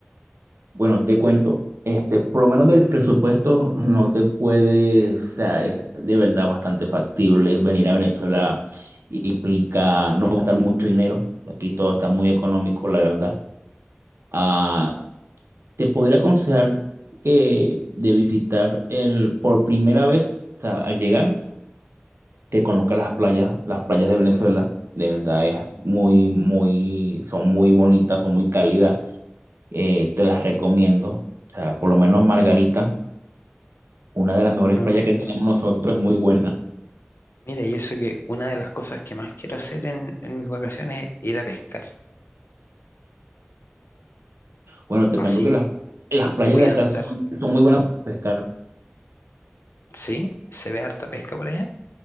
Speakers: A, on the right; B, on the left.
A: Bueno, te cuento, este, por lo menos del presupuesto no te puede, o sea, es de verdad bastante factible venir a Venezuela implica no gastar mucho dinero. Aquí todo está muy económico, la verdad. Ah, te podría aconsejar que de visitar el por primera vez, o sea, al llegar, que conozcas las playas, las playas de Venezuela. De verdad es muy, muy, son muy bonitas, son muy cálidas. eh, te las recomiendo. O sea, por lo menos Margarita, una de las mejores
B: Mm.
A: playas que tenemos nosotros, es muy buena.
B: Mira, y eso que una de las cosas que más quiero hacer en, en mis vacaciones es ir a pescar.
A: Bueno, te
B: Así
A: cuento que las, las playas
B: voy
A: de
B: a
A: acá
B: andar.
A: son, son muy buenas para pescar.
B: ¿Sí? ¿Se ve harta pesca por allá?